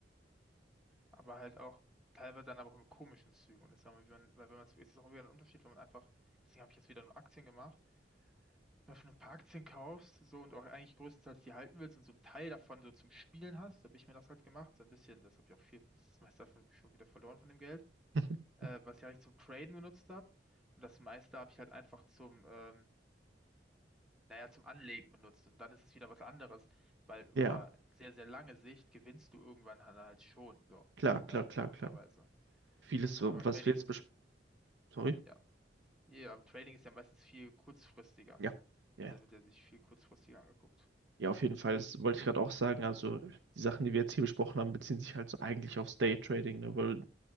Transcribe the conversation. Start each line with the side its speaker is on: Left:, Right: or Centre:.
Centre: aber halt auch teilweise dann aber auch in komischen Zügen. Und das sagen wir, wie man, weil wenn man es, ist es auch wieder ein Unterschied, wenn man einfach, deswegen habe ich jetzt wieder nur Aktien gemacht Wenn du ein paar Aktien kaufst, so und auch eigentlich größtenteils die halten willst und so einen Teil davon so zum Spielen hast, so habe ich mir das halt gemacht, so ein bisschen, das habe ich auch viel, das meiste davon schon wieder verloren von dem Geld,
Right: <laughs>
Centre: äh, was ich eigentlich zum Traden benutzt habe und das meiste habe ich halt einfach zum, ähm, naja, zum Anlegen benutzt und dann ist es wieder was anderes, weil über
Right: Ja,
Centre: sehr, sehr lange Sicht gewinnst du irgendwann halt halt schon, so,
Right: klar,
Centre: ne,
Right: klar, klar,
Centre: logischerweise.
Right: klar. Vieles, so,
Centre: Aber
Right: was
Centre: Trading
Right: wir jetzt
Centre: ist,
Right: besprechen. Sorry?
Centre: ja, ja, aber Trading ist ja meistens viel kurzfristiger,
Right: Ja. Ja.
Centre: also wird ja sich viel kurzfristiger angeguckt.
Right: Ja, auf jeden Fall. Das wollte ich gerade auch sagen. Also, die Sachen, die wir jetzt hier besprochen haben, beziehen sich halt so eigentlich aufs Daytrading, ne? Weil